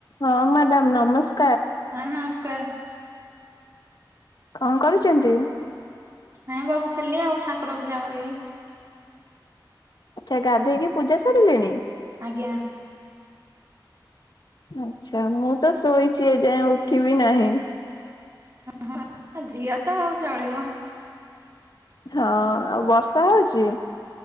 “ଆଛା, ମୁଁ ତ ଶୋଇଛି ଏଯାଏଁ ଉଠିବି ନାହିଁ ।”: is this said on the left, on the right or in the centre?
Left